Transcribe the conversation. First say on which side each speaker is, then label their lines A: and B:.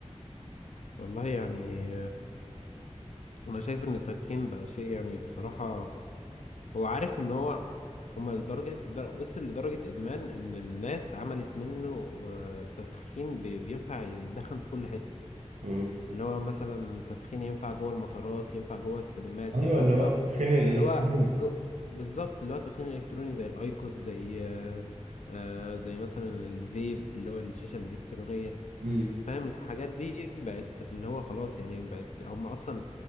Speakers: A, on the left; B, on the right.
A: والله يعني انا شايف ان التدخين بقى شيء يعني بصراحة هو عارف ان هو هما لدرجة در- وصل لدرجة ادمان ان الناس عملت منه آه، تدخين بي- بينفع يتدخن في كل حتة
B: مم.
A: اللي هو مثلا تدخين ينفع جوه المطارات ينفع جوه السينمات
B: ايوه
A: ينفع
B: اللي
A: جوه
B: هو التدخين الالكتروني
A: اللي هو جو... بالظبط اللي هو التدخين الالكتروني زي الايكوس زي آه، آه، زي مثلا الفيب اللي هو الشيشة الالكترونية
B: مم.
A: فاهم الحاجات دي بقت اللي هو خلاص يعني بقت هم اصلا